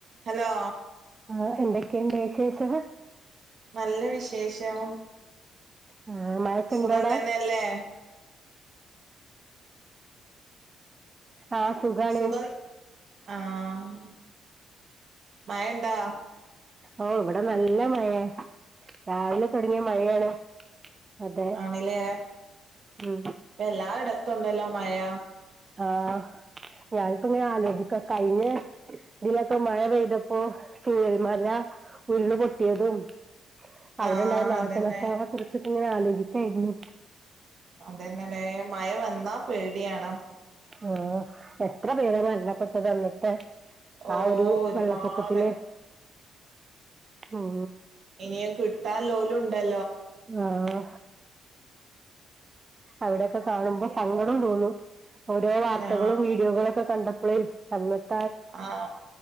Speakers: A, on the right; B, on the right.
A: Hello
B: ആഹ് എന്തൊക്കെണ്ട് വിശേഷം
A: നല്ല വിശേഷം.
B: ആ, മഴക്കുണ്ടോടെ
A: സുഖം തന്നെയല്ലേ?
B: ആഹ് സുഖാണ്
A: സുഖം ആഹ് മയണ്ടാ?
B: ഓഹ് ഇവിടെ നല്ല മയയെ രാവിലെ തൊടങ്ങിയ മഴയാണ് അതെ
A: ആണ് ല്ലേ
B: ഉം.
A: ഇപ്പ എല്ലായിടത്തും ഉണ്ടല്ലോ മയ
B: ആഹ് ഞാനിപ്പോ ഇങ്ങനെ ആലോചിക്കാ കഴിഞ്ഞെ ഇതിലൊക്കെ മഴ പെയ്തപ്പോ ചൂരൽ മല ഉരുള് പൊട്ടിയതും അവിടെ
A: ആഹ്
B: ഇണ്ടായ നാശനഷ്ട്ടങ്ങളെ
A: അതന്നെ
B: കുറിച്ചിടച്ചൊക്കെ ഇങ്ങനെ ആലോചിക്കായിരുന്നു
A: അതന്നെല്ലെ മയ വന്നാ പേടിയാണ്
B: ആഹ് എത്ര പേരാ മരണപ്പെട്ടത് അന്നത്തെ
A: ഓ
B: ആ ഒരു
A: ഒരുപാട്
B: വെള്ളപ്പൊക്കത്തില് ഉം
A: ഇനിയാ കിട്ടാൻ ലോലും ഇണ്ടല്ല്
B: ആഹ് അവിടെയൊക്കെ കാണുമ്പോ സങ്കടോം തോന്നും ഓരോ വാർത്തകളും
A: ഞാ
B: വീഡിയോകളൊക്കെ കണ്ട പ്പളേ അന്നത്ത്
A: ആഹ്